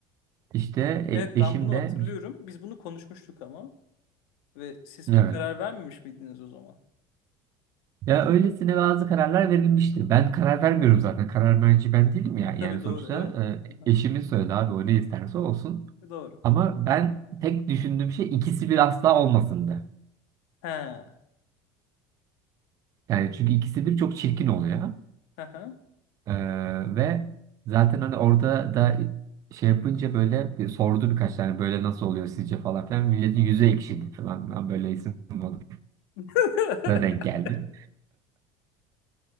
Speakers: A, on the right; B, on the left.
A: İşte
B: Evet, ben
A: e, eşim
B: bunu
A: de
B: hatırlıyorum. Biz bunu konuşmuştuk ama ve siz
A: evet.
B: bir karar vermemiş miydiniz o zaman?
A: Ya öylesine bazı kararlar verilmişti. Ben karar vermiyorum zaten. Karar merci ben değilim ya. Yani
B: Tabii doğru,
A: sonuçta
B: evet. Aha,
A: e, eşimin soyadı abi o ne isterse olsun.
B: doğru.
A: Ama ben tek düşündüğüm şey ikisi bir asla olmasındı.
B: He.
A: Yani çünkü ikisi bir çok çirkin oluyor.
B: Aha.
A: Ee, ve zaten hani orada da şey yapınca böyle bir sordu birkaç tane böyle nasıl oluyor sizce falan filan. Milletin yüzü ekşidi falan. Ben böyle isim moduna
B: <laughs>
A: denk geldi.